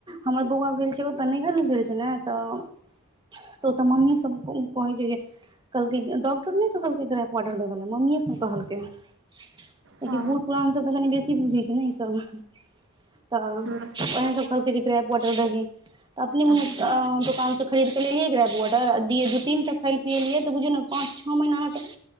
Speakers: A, on the right; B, on the right.
A: हमर बौआ भेल छै, ओ तऽ नैहरमे भेल छै, ने तऽ ओतऽ मम्मी सभ उ कहै छै जे कहलकय डॉक्टर ने कहलकय ए‌करा पौडर देबे मम्मी सभ कहलकय लेकिन
B: ओ
A: बूढ़ पुरान तऽ बेसी बुझै छै ने ई सभ तऽ ओएह
B: ह्म
A: सभ कहलकै जे ग्रैाडर पॉडी दही तऽ अपने मने
B: अच्छा
A: दोकानसे खरीदके लेलियै ग्रेब वोर्डर दिय तीनटा पिएलियै त बुझू ने पाँच छः महीना मे तऽ